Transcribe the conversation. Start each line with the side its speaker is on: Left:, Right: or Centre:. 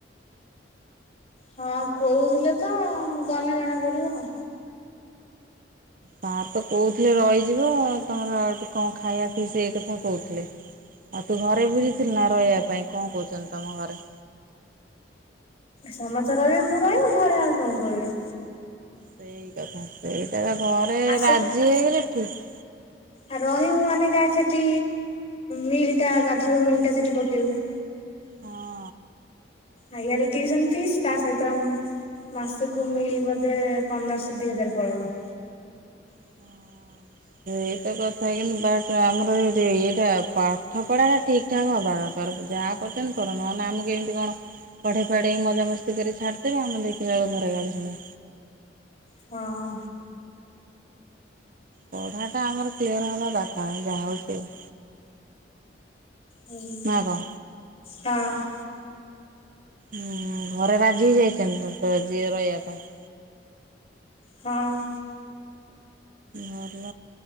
Left: ହଁ କହୁଥିଲେ ତ ଗଲେେ ଜଣା ପଡିବ ଆଉ।
Right: ସାର୍ ତ କହୁଥିଲେ ରହିଯିବ ତମର ଟିକେ କଣ ଖାଇବା ପିସେ ସେ କଥା କହୁଥିଲେ। ଆଉ ତୁ ଘରେ ବୁଝିଥିଲୁ ନା ରହିବା ପାଇଁ କଣ କହୁଛନ୍ତି ତମ ଘରେ?
Left: ସମସ୍ତେ ରହିବେ ମୁଁ ରହିବି ଘରେ ଆଉ କଣ କହିବେ।
Right: ସେଇ କଥା ସେଇଟା ଘରେ
Left: ଆ
Right: ରାଜି ହେଇଗଲେ ଠିକ।
Left: ଆ ରହିବୁ ମାନେ ଯାଏ ସେଠି ମିଲ୍ ଟା ଗାଧରୁ ମିଲ୍ ଟା ସେଠି ପକେଇବୁ।
Right: ହଁ।
Left: ଆ ଇଆଡେ ଟ୍ୟୁସନ୍ ଫିସ୍ ତା ସହିତ ମାସକୁୁ ମିଲ୍ ବୋଧେ ପନ୍ଦରଶହ ଦି ହଜାର ପଳେଇବ।
Right: ହଁ। ସେଇତ କଥା କିନ୍ତୁ ବାଟ ଆମର ଇଟା ପାଠ ପଢା ଟା ଠିକ ଏଠା ହବା ଦରକର ଯାହା କରୁଛନ୍ତି କର ନ ହେଲେ ଆମକୁ ଏମିତି କଣ ପଢେଇ ପଢେଇି ମଜାମସ୍ତି କରି ଛାଡ଼ିଦେବେ ଆମେ ଦେଖିଲା ବେଳୁ ଘରେ ଗାଳି ଶୁଣିବ।
Left: ହଁ।
Right: ପଢା ଟା ଆମର କ୍ଲିୟର ହବା ଦରକାର ଯାହା ହଉଛି ହଉ।
Left: ହୁଁ
Right: ନା କଣ?
Left: ହଁ।
Right: ହୁଁ ଘରେ ରାଜି ହେଇ ଯାଇଛନ୍ତି ତ ଯିଏ ରହିବା ପାଇଁ?
Left: ହଁ।
Right: ଭଲ।